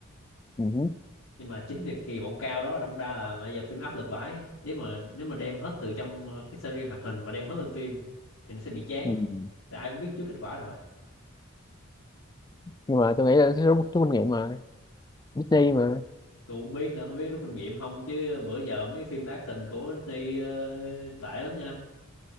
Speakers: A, on the left; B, on the left.
A: ừ.
B: nhưng mà chính việc kỳ vọng cao đó đâm ra là bây giờ phim áp lực vãi nếu mà nếu mà đem hết từ trong ờ, cái series hoạt hình mà đem hết lên phim thì nó sẽ bị chán
A: ừ.
B: tại ai cũng biết trước kết quả rồi
A: nhưng mà tôi nghĩ là số, số kinh nghiệm mà Disney mà
B: tôi cũng biết nữa không biết có rút kinh nghiệm không chứ bữa giờ mấy cái phim live action của Disney ờ, tệ lắm nha